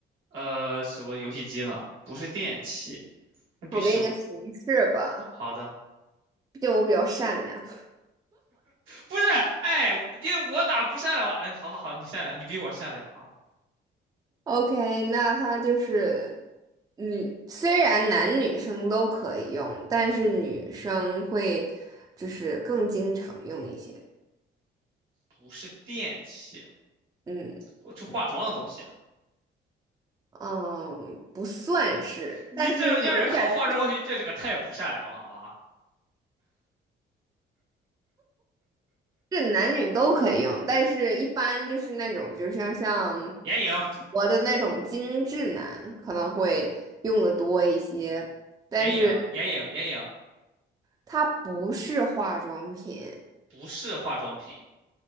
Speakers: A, on the right; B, on the right.
A: 呃，什么游戏机呢？不是电器，那比手，
B: 我给你个提示吧，
A: 好的，
B: 毕竟我比较善良。
A: 不是，哎，我因为我哪不善良了？哎，好好好，你善良，你比我善良，好，
B: OK，那它就是女，虽然男女生都可以用，但是女生会就是更经常用一些。
A: 不是电器，
B: 嗯
A: 或是化妆的东西啊？
B: 嗯，不算是，
A: 你这要是考化妆东西，
B: 但是有点儿
A: 这这个太不善良了啊！
B: 是男女都可以用，但是一般就是那种，比如像像
A: 眼影，
B: 我的那种精致男可能会用的多一些，但是
A: 眼影，眼影，眼影，
B: 它不是化妆品，
A: 不是化妆品，